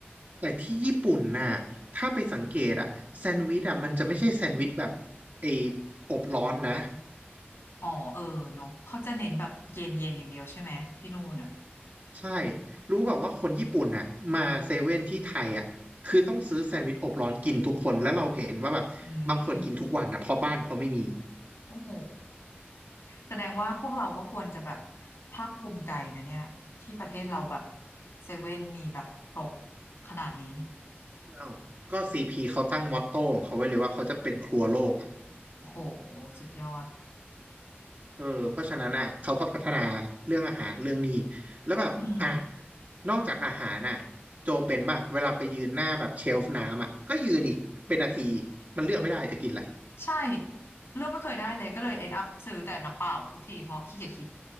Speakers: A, on the right (about 45°); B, on the left (about 80°).
A: แต่ที่ญี่ปุ่นน่ะถ้าไปสังเกตอ่ะแซนด์วิชอ่ะมันจะไม่ใช่แซนด์วิชแบบไอ้อบร้อนนะ
B: อ๋อเออเนาะเขาจะเน้นแบบเย็นเย็นอย่างเดียวใช่ไหมที่นู่นอะ
A: ใช่รู้แบบว่าคนญี่ปุ่นน่ะมาเซเว่นที่ไทยอ่ะคือต้องซื้อแซนด์วิชอบร้อนกินทุกคนแล้วเราเห็นว่าแบบบางคนกินทุกวันนะเพราะบ้านเขาไม่มี
B: อืมโอ้โห แสดงว่าพวกเราก็ควรจะแบบภาคภูมิใจนะเนี่ยที่ประเทศเราแบบเซเว่นมีแบบครบขนาดนี้
A: อ้าวก็ซีพีเขาตั้งมอตโต้ของเขาไว้เลยว่าเขาจะเป็นครัวโลกอะ
B: โอ้โหสุดยอด
A: เออเพราะฉะนั้นอ่ะเขาก็พัฒนาเรื่องอาหารเรื่องนี้แล้วแบบอ่ะ
B: อืม
A: นอกจากอาหารน่ะโจเป็นป่ะเวลาไปยืนหน้าแบบเชลฟ์น้ำอ่ะก็ยืนอีกเป็นนาทีอีกมันเลือกไม่ได้จะกินอะไร
B: ใช่เลือกไม่เคยได้เลยก็เลย end up ซื้อแต่น้ำเปล่าทุกทีเพราะขี้เกียจคิด